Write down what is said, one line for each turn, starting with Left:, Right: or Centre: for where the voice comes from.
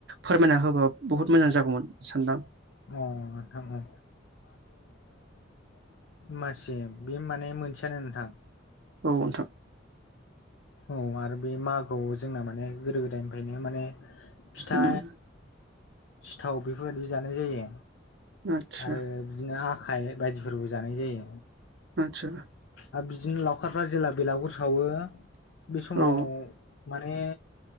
Right: फोरमायना होबा बहुत मोजां जागौमोन सानदां
Left: नोंथां औ मासे बे माने मोनसेयानो नोंथां।
Right: औ नोंथां।
Left: औ आरो बे मागोआव जोंना माने गोदो-गोदायनिफ्रायनो माने फिथा
Right: उम
Left: सिथाव बेफोरबायदि जानाय जायो
Right: आदसा
Left: आरो बिदिनो आखाइ बायदिफोरबो जानाय जायो।
Right: आदसा
Left: आरो बिदिनो लावखारफ्रा जेब्ला बेलागुर सावो बे समाव
Right: औ
Left: माने